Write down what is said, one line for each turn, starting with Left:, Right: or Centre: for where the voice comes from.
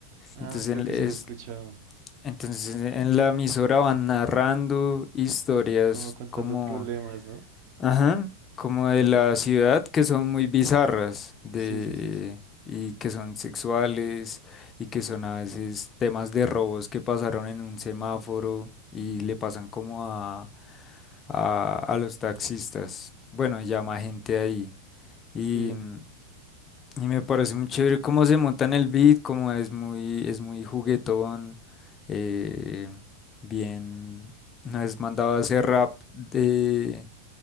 Right: Ah,
Left: Entonces,
Right: creo
Left: en,
Right: que
Left: es,
Right: sí lo he escuchado,
Left: entonces en la emisora van narrando historias
Right: como contando
Left: como,
Right: problemas, ¿no?
Left: ajá, como de la ciudad que son muy bizarras, de,
Right: Sí, sí, sí, sí.
Left: y que son sexuales, y que son a veces temas de robos que pasaron en un semáforo y le pasan como a, a, a los taxistas. Bueno, llama gente ahí. y
Right: Sí,
Left: mm, Y me parece muy chévere cómo se monta en el beat, cómo es muy, es muy juguetón, eh, bien, una vez mandaba ese rap de,